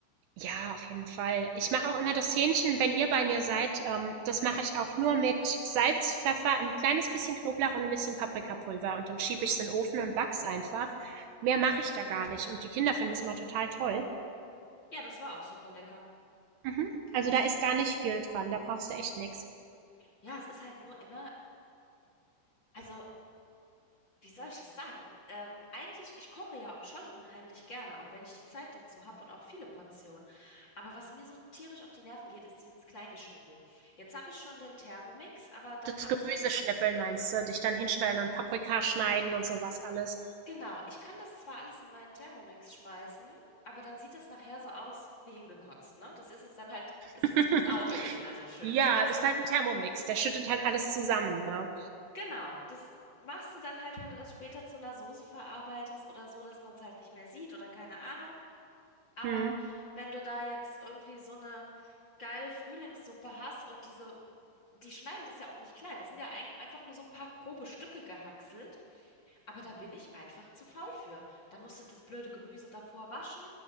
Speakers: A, on the right; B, on the left.
A: Ja, auf jeden Fall. Ich mache auch immer das Hähnchen, wenn ihr bei mir seid. Ähm, das mache ich auch nur mit Salz, Pfeffer, ein kleines bisschen Knoblauch und ein bisschen Paprikapulver. Und dann schiebe ich es in den Ofen und back's einfach. Mehr mache ich da gar nicht. Und die Kinder finden es immer total toll.
B: Ja, das war auch super lecker.
A: Mhm. Also
B: Das,
A: da ist gar nicht viel dran, da brauchst du echt nix.
B: ja, es ist halt nur immer, also Wie soll ich das sagen? Ähm, eigentlich, ich koche ja schon unheimlich gerne, auch wenn ich die Zeit dazu habe und auch viele Portionen. Aber was mir so tierisch auf die Nerven geht, ist dieses Kleingeschnippel. Jetzt habe ich schon den Thermomix, aber da
A: Das
B: kannst,
A: Gemüse schnippeln meinst du, dich dann hinstellen und Paprika schneiden und sowas alles.
B: genau, ich kann das zwar alles in meinen Thermomix schmeißen, aber dann sieht das nachher so aus wie hingekotzt, ne? Das ist es dann halt, ist
A: <laughs>
B: das fürs Auge nicht mehr so schön.
A: Ja,
B: Das machst,
A: das ist halt 'n Thermomix, der schüttet halt alles zusammen, ne?
B: genau, das machst du dann halt, wenn du das später zu einer Soße verarbeitest oder so, dass man es halt nicht mehr sieht oder keine Ahnung. Aber
A: Mhm.
B: wenn du da jetzt irgendwie so eine geile Frühlingssuppe hast und diese, die schneiden das ja auch nicht klein. Das sind ja ein, einfach nur so ein paar grobe Stücke gehackselt. Aber da bin ich einfach zu faul für. Dann musst du das blöde Gemüse davor waschen.